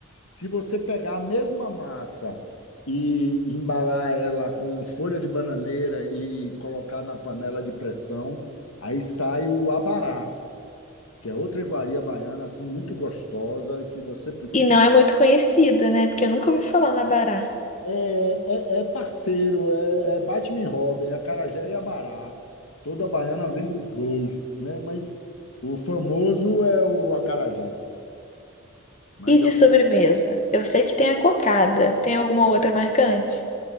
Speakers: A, on the left; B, on the left.
A: Se você pegar a mesma massa e embalar ela com folha de bananeira e colocar na panela de pressão, aí sai o abará, que é outra iguaria baiana assim muito gostosa que você precisa
B: E não é muito conhecida, né? Porque eu nunca ouvi falar na Bará.
A: É, é, é parceiro, é, é Batman e Robin, é Acarajé e Abará. Toda baiana vem dos dois, né? Mas o famoso é o acarajé. Mas
B: E de
A: é uma
B: sobremesa? Eu sei que tem a cocada. Tem alguma outra marcante?